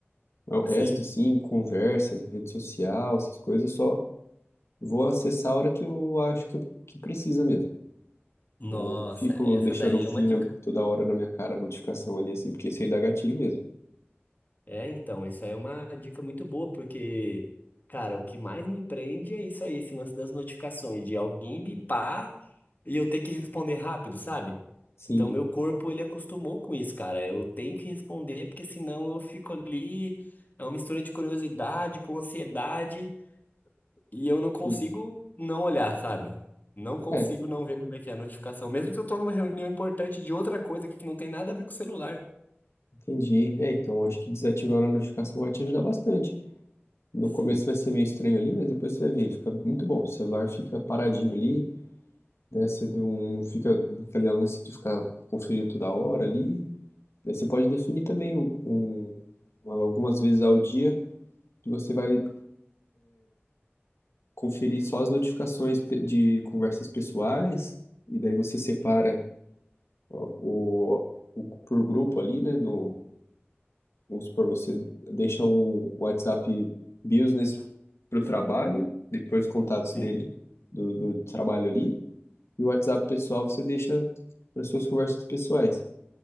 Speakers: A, on the left; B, on the left.
A: Mas O resto,
B: sim.
A: assim, conversa, rede social, essas coisas, eu só vou acessar a hora que eu acho que, eu- que precisa mesmo.
B: Nossa,
A: Eu não fico
B: essa
A: deixando
B: daí
A: vir
B: é uma dica
A: na- toda hora na minha cara a notificação ali, assim, porque isso aí dá gatilho mesmo.
B: É, então, isso aí é uma dica muito boa, porque, cara, o que mais me prende é isso aí, esse lance das notificações, de alguém bipar e eu ter que responder rápido, sabe?
A: Sim,
B: Então, meu corpo, ele acostumou com isso, cara. Eu tenho que responder, porque senão eu fico ali, é uma mistura de curiosidade com ansiedade, e eu não consigo
A: sim.
B: não olhar, sabe? Não consigo
A: É,
B: não ver como é que é a notificação, mesmo que eu tô numa reunião importante de outra coisa que não tem nada a ver com o celular.
A: entendi. É, então acho que desativando a notificação vai te ajudar bastante. No
B: Sim,
A: começo vai ser meio estranho ali, mas depois você vai ver, fica muito bom. O celular fica paradinho ali, né? Você não fica naquele lance de ficar conferindo toda hora ali. Daí você pode definir também um, um- algumas vezes ao dia que você vai conferir só as notificações pe- de conversas pessoais, e daí você separa o, o- o- por grupo ali, né? No, Vamos supor, você deixa um WhatsApp Business para o trabalho, depois os contatos
B: sim.
A: dele do, do trabalho ali, e o WhatsApp pessoal você deixa para suas conversas pessoais.